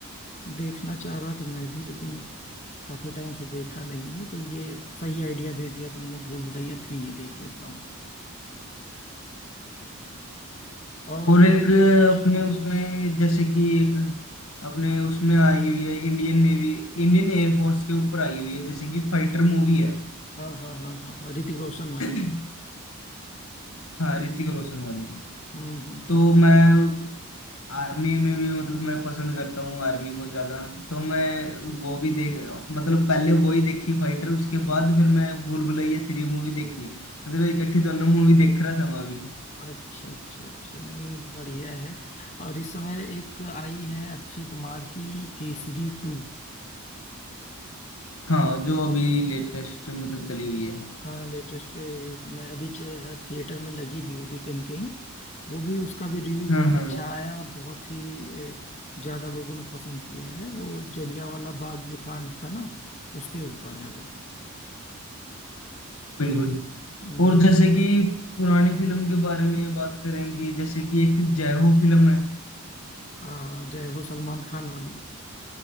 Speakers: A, on the left; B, on the left.
A: देखना चाह रहा था मैं भी लेकिन काफी टाइम से देखा नहीं है तो ये सही आइडिया दे दिया तुमने भूल भुलैया थ्री ही देख लेता हूँ और
B: और
A: कोई
B: एक अपने उसमें जैसे कि एक अपने उसमें आई हुई है इंडियन नेवी इंडियन एयरफोर्स के ऊपर आई हुई है जैसे कि फाइटर मूवी है
A: हाँ हाँ हाँ हाँ हाँ ऋतिक रोशन वाली
B: <clears throat> हाँ ऋतिक रोशन वाली
A: हम्म हम्म
B: तो
A: हम्म।
B: मैं आर्मी में भी मतलब मैं पसंद करता हूँ आर्मी को ज्यादा तो मैं वो भी देख मतलब पहले वो ही देखी फाइटर उसके बाद फिर मैं भूल भुलैया थ्री मूवी देखी है मतलब इकट्ठी दोनों मूवी देख रहा था मैं अभी
A: अच्छा अच्छा अच्छा नहीं बढ़िया है और इस समय एक आई है अक्षय कुमार की केसरी टू
B: हाँ जो अभी लेटेस्ट मतलब चली हुई है
A: हाँ लेटेस्ट पे इस समय अभी थिएटर में लगी भी होगी कहीं कहीं वो भी उसका भी रिव्यू
B: हाँ
A: बहुत
B: हाँ
A: अच्छा आया और बहुत ही अ, ज्यादा लोगों ने पसंद किया है वो जलियांवाला बाग जो कांड था ना उसके ऊपर है वो
B: बिल्कुल
A: हम्म,
B: और जैसे कि पुरानी फिल्म के बारे में बात करें कि जैसे कि एक जय हो फिल्म है
A: आ, जय हो सलमान खान वाली